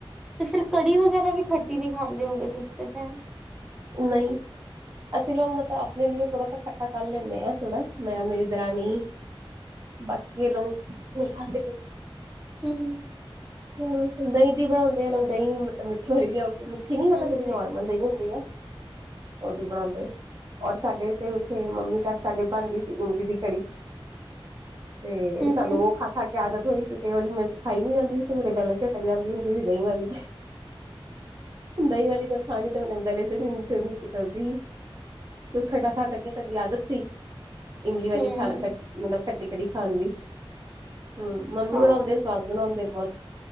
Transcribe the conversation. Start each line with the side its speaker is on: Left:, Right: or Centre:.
Centre: ਤੇ ਫਿਰ ਕੜੀ ਵਗ਼ੈਰਾ ਵੀ ਖੱਟੀ ਨਹੀਂ ਖਾਂਦੇ ਹੋ ਗਏ ਤੁਸੀਂ ਤੇ ਫਿਰ
Right: ਉਹ ਨਹੀਂ ਅਸੀਂ ਲੋਕ ਮਤਲਬ ਆਪਣੇ ਲਈ ਥੋੜਾ ਸ ਖਟਾ ਕਰ ਲੈਂਦੇ ਹਾਂ, ਥੋੜਾ, ਮੈਂ ਮੇਰੀ ਦਰਾਣੀ ਬਾਕੀ ਇਹ ਲੋਕ ਨਹੀਂ ਖਾਂਦੇ
Centre: ਹਮ-ਹਮ
Right: ਹਮ, ਦਹੀਂ ਦੀ ਬਣਾਉਦੇ ਆ ਲ ਦਹੀਂ ਨ ਮਤਲਬ ਮਿੱਠੀ ਹੋ ਜਾਉਗੀ ਨਹੀਂ ਮਲਬ
Centre: ਹਾਂਜੀ
Right: ਜਿਹੜੀ ਨੋਰਮਲ ਦਹੀਂ ਹੁੰਦੀ ਹੈ ਉਹਦੀ ਬਣਾਉਂਦੇ ਔਰ ਸਾਡੇ ਤੇ ਉੱਥੇ ਮੰਮੀ ਘਰ ਸਾਡੇ ਬਣਦੀ ਸੀ ਇਮਲੀ ਦੀ ਕੜੀ ਤੇ,
Centre: ਹੂੰ-ਹੂੰ-ਹੂੰ-ਹੂੰ-ਹੂੰ-ਹੂੰ
Right: ਸਾਨੂੰ ਉਹ ਖਾ -ਖਾ ਕੇ ਆਦਤ ਹੋਈ ਸੀ, ਤੇ ਉਹਲੀ ਮੈਂ ਖਾਈ ਨੀ ਜਾਂਦੀ ਸੀ ਉਹਦੇ ਗੱਲੇ 'ਚ ਅਟਕ ਜਾਂਦੀ ਹੁੰਦੀ ਸੀ ਦਹੀਂ ਵਾਲੀ ਤੇ, ਦਹੀਂ ਵਾਲੀ ਖਾਣੀ ਤੇ ਗਲੇ 'ਚ ਨੀਚੇ ਨਹੀ ਉਤਰਦੀ ਕੋਈ ਖਟਾ ਖਾ ਕਰਕੇ ਸਾਨੂੰ ਆਦਤ ਸੀ ਇਮਲੀ ਵਾਲੀ
Centre: ਹੂੰ
Right: ਖਾ ਕੱ ਮਤਲਬ ਖਟੀ ਕੜੀ ਖਾਣ ਦੀ ਹਮ, ਮੰਮੀ
Centre: ਹਾਂ
Right: ਬਣਾਉਂਦੇ ਸਵਾਦ ਬਣਾਉਂਦੇ ਬਹੁਤ